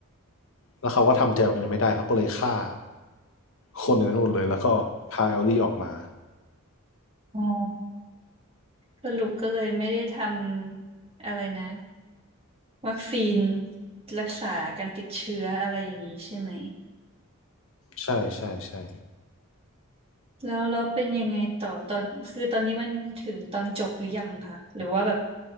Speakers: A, on the left; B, on the right.
A: แล้วเขาก็ทำใจตรงนี้ไม่ได้เขาก็เลยฆ่าคนในนั้นหมดเลยแล้วก็พาเอลลี่ออกมา
B: อ๋อสรุปก็เลยไม่ได้ทำอะไรนะ วัคซีนรักษาการติดเชื้ออะไรอย่างนี้ใช่ไหม
A: ใช่ใช่ใช่
B: แล้วแล้วเป็นยังไงต่อตอนคือตอนนี้มันถึงตอนจบหรือยังคะหรือว่าแบบ